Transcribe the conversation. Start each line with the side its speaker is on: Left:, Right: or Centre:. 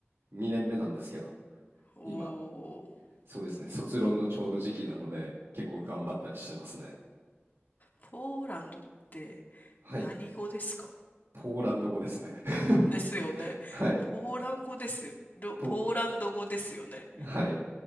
Right: 2年目なんですけど、
Left: おー、
Right: 今、そうですね、卒論のちょうど時期なので、結構頑張ったりしてますね。
Left: ポーランドって
Right: はい、
Left: 何語ですか
Right: ポーランド語ですね。
Left: ですよね。
Right: <laughs> はい、
Left: ポーランド語ですよ。ろポーランド語ですよね。
Right: ポ、はい。